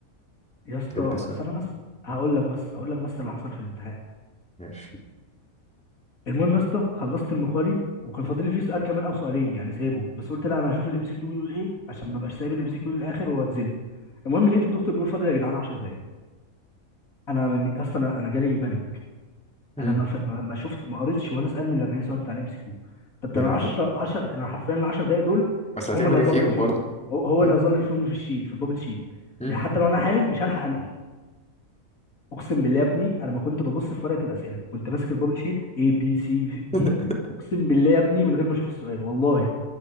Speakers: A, on the left; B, in the centre.
A: يا اسطى
B: تدرسها
A: استنى
B: يعني.
A: بس هقول لك بس هقول لك بس اللي حصل في الامتحان
B: ماشي
A: المهم يا اسطى خلصت المقالي وكان فاضل لي فيه سؤال كمان او سؤالين يعني سايبهم بس قلت لا انا هشوف الام سي كيو بيقول ايه عشان ما ابقاش سايب الام سي كيو للاخر واتزنق المهم لقيت الدكتور بيقول فاضل يا جدعان 10 دقايق انا من اصلا انا أنا جالي بانيك
B: مم.
A: انا ما ف... ما ما شفت ما قريتش ولا سؤال من ال 40 سؤال بتاع الام سي كيو طب ده
B: يا
A: انا
B: لهوي
A: 10 10 انا حرفيا ال 10 دقايق دول
B: بس هتعمل
A: هم اللي
B: ايه
A: هظلل
B: فيهم
A: فيهم
B: برضه؟
A: هو هو
B: ايوه
A: اللي هظلل فيهم في الشيت في البابل شيت
B: مم.
A: يعني حتى لو انا حالل مش هلحق انقل اقسم بالله يا ابني انا ما كنت ببص في ورقه الاسئله كنت ماسك البابل شيت اي بي سي دي
B: <laughs>
A: اقسم بالله يا ابني من غير ما اشوف السؤال والله